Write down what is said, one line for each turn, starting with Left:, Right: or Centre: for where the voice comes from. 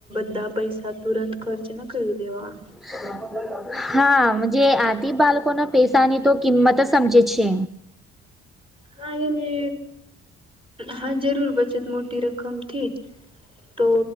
Right: બધા પૈસા તુરંત ખર્ચ ના કરી દેવા
Centre: તમા બ હા જે આથી બાળકોના પૈસાની તો કિંમત જ સમજે છે
Right: હા એને હા જરૂર બચત મોટી રકમ થી તો